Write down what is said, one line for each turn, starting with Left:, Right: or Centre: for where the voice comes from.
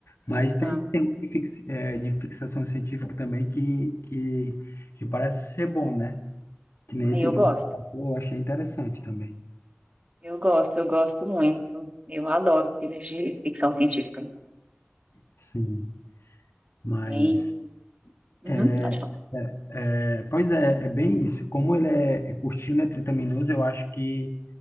Left: Mas
Right: Aham.
Left: tem, tem um de, fix, é, de fixação científica também que, que, que parece ser bom, né? Que nem
Right: Aí
Left: esse
Right: eu
Left: aí
Right: gosto.
Left: que você falou, eu achei interessante também.
Right: Eu gosto, eu gosto muito. Eu adoro filmes de ficção científica.
Left: Sim, mas
Right: E, uhum,
Left: é,
Right: pode falar.
Left: é, é, pois é, é bem isso. Como ele é, é curtinho, né? trinta minutos, eu acho que,